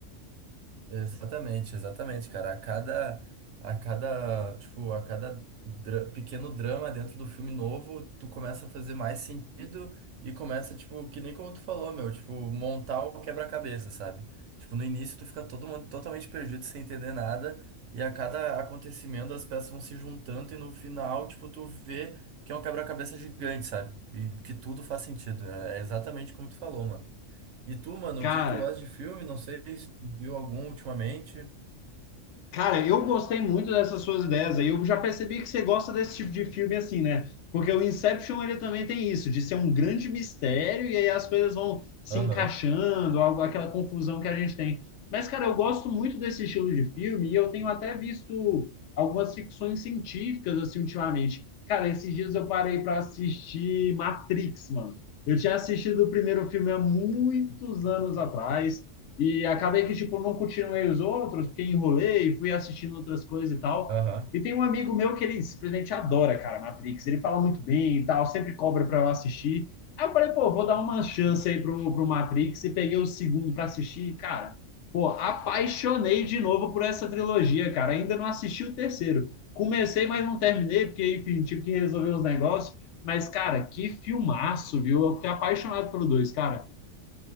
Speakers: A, on the right; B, on the left.
A: Exatamente, exatamente, cara. A cada, a cada, tipo, a cada dra- pequeno drama dentro do filme novo, tu começa a fazer mais sentido e começa, tipo, que nem como tu falou, meu, tipo, montar o quebra-cabeça, sabe? Tipo, no início tu fica todo mundo totalmente perdido sem entender nada e a cada acontecimento as peças vão se juntando e no final, tipo, tu vê que é um quebra-cabeça gigante, sabe? E que tudo faz sentido. É exatamente como tu falou, mano. E tu, mano,
B: Cara,
A: o que que tu gosta de filme? Não sei se tu viu algum ultimamente.
B: Cara, eu gostei muito dessas suas ideias aí. Eu já percebi que você gosta desse tipo de filme assim, né? Porque o Inception ele também tem isso, de ser um grande mistério e aí as coisas vão se
A: Aham,
B: encaixando, algo- aquela confusão que a gente tem. Mas, cara, eu gosto muito desse estilo de filme e eu tenho até visto algumas ficções científicas assim ultimamente. Cara, esses dias eu parei para assistir Matrix, mano. Eu tinha assistido o primeiro filme há muitos anos atrás. E acabei que, tipo, não continuei os outros, porque enrolei, fui assistindo outras coisas e tal.
A: aham.
B: E tem um amigo meu que ele simplesmente adora, cara, Matrix. Ele fala muito bem e tal, sempre cobra para eu assistir. Aí eu falei, pô, vou dar uma chance aí pro, pro Matrix e peguei o segundo para assistir. E, cara, pô, apaixonei de novo por essa trilogia, cara. Ainda não assisti o terceiro. Comecei, mas não terminei, porque, enfim, tive que resolver os negócios. Mas, cara, que filmaço, viu? Eu fiquei apaixonado pelo dois, cara.